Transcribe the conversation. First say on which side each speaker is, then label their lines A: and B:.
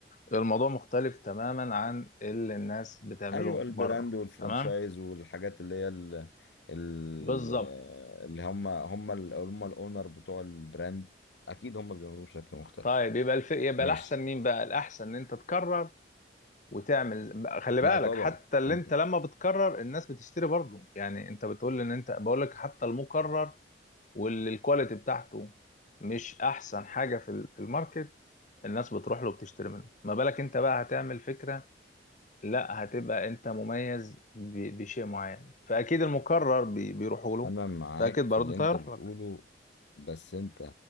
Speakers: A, on the left (about 45°); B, on the left (about 80°).
A: الموضوع مختلف تماما عن اللي الناس بتعمله
B: ايوه البراند
A: بره
B: والفرانشايز
A: تمام
B: والحاجات اللي هي ال- ال-
A: بالظبط
B: اللي هم هم ال- هم الاونر بتوع البراند اكيد هم بيعملوه بشكل مختلف
A: طيب يبقى الف... يبقى
B: ماشي
A: الاحسن مين بقى الاحسن ان انت تكرر وتعمل بقى خلي بالك
B: لا طبعا
A: حتى اللي
B: انت
A: انت لما بتكرر الناس بتشتري برضه يعني انت بتقول ان انت بقول لك حتى المكرر والكواليتي بتاعته مش احسن حاجه في ال- في الماركت الناس بتروح له وبتشتري منه ما بالك انت بقى هتعمل فكره لا هتبقى انت مميز ب- بشيء معين فاكيد المكرر بي- بيروحوا له
B: انا معاك
A: فاكيد برضه
B: في اللي
A: انت
B: انت
A: هيروح
B: بتقوله
A: لك
B: بس انت